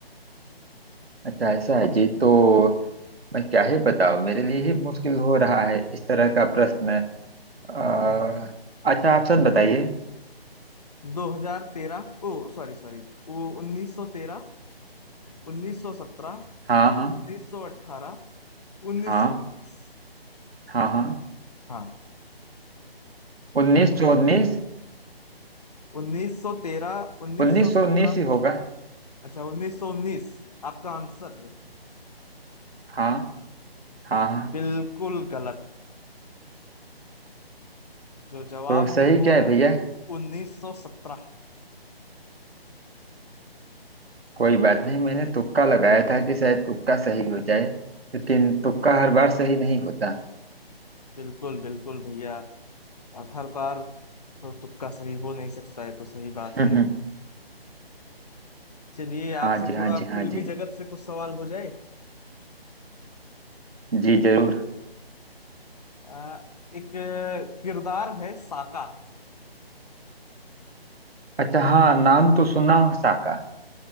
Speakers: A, on the right; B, on the left.
A: अच्छा ऐसा है जी तो मैं क्या ही बताऊं मेरे लिए ही मुश्किल हो रहा है इस तरह का प्रश्न अ,
B: हम्म
A: अच्छा आप सच बताइए
B: 2013 ओ सॉरी सॉरी वो 1913 1917
A: हाँ हाँ
B: 1918 1919
A: हाँ हाँ हाँ
B: हाँ
A: उन्नीस सौ उन्नीस
B: 1913 1917
A: उन्नीस सौ उन्नीस ही होगा
B: अच्छा 1919 आपका आंसर है
A: हाँ हाँ हाँ
B: बिल्कुल गलत जो जवाब
A: तो सही
B: है वो
A: क्या है
B: है
A: भैया
B: 1917
A: कोई बात नहीं मैंने तुक्का लगाया था कि शायद तुक्का सही हो जाए लेकिन तुक्का हर बार सही नहीं होता
B: बिल्कुल बिल्कुल भैया आप हर बार तो तुक्का सही हो नहीं सकता है तो सही बात
A: हम्म
B: है
A: हम्म,
B: चलिए
A: हाँ
B: आपसे
A: जी हाँ
B: थोड़ा
A: जी हाँ
B: फिल्मी
A: जी
B: जगत से कुछ सवाल हो जाए
A: जी जरूर
B: आ, एक अ, किरदार है साका
A: अच्छा हाँ
B: जानते हैं?
A: नाम तो सुना हो साका